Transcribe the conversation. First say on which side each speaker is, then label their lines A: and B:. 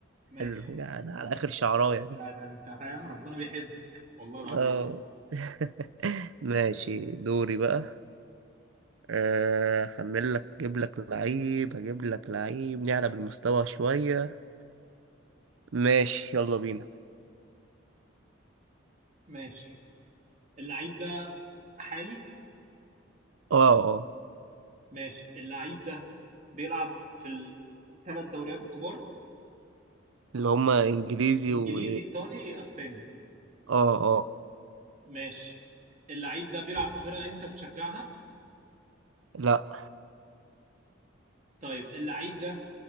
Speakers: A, on the right; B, on the right.
A: ماشي
B: ال- يعني على اخر شعرايه دي
A: لا ده انت فاهم ربنا بيحبك والله العظيم
B: اه <laughs> ماشي دوري بقى آه، اخمن لك اجيب لك لعيب اجيب لك لعيب نعلى بالمستوى شويه ماشي يلا بينا
A: ماشي اللعيب ده حالي
B: اه اه
A: ماشي اللعيب ده بيلعب في الثلاث دوريات الكبار
B: اللي هما انجليزي
A: انجليزي
B: و
A: ايطالي اسباني
B: اه اه
A: ماشي اللعيب ده بيلعب في فرقة انت بتشجعها
B: لا
A: طيب اللعيب ده